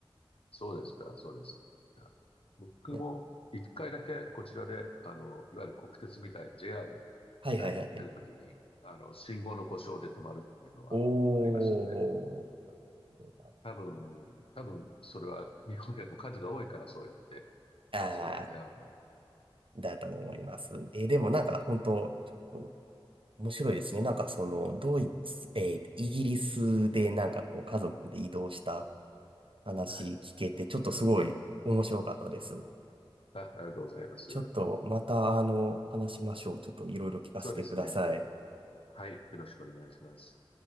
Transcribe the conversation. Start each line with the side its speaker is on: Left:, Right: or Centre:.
Left: そうですか。そうですか。僕も一回だけこちらで、
Right: や、
Left: あの、いわゆる国鉄みたい、JR
Right: はいはいはいはい。
Left: みたいに乗ってるときに、あの、信号の故障で止まるっていうのはありましたね。
Right: おー、なるほどなるほど
Left: 多分、多分、それは日本よりも数が多いからそうやって、
Right: ああ
Left: あ、そういうのに出会うんだと。
Right: だと思います。えー、でもなんか本当、ちょっと面白いですね。なんかその、ドイツ、えー、イギリスでなんかこう家族で移動した話聞けて、
Left: はい。
Right: ちょっとすごい面白かったです。
Left: あ、ありがとうございます。
Right: ちょっとまたあの、話しましょう。ちょっといろいろ聞かせてください。
Left: そうですね。はい。よろしくお願いします。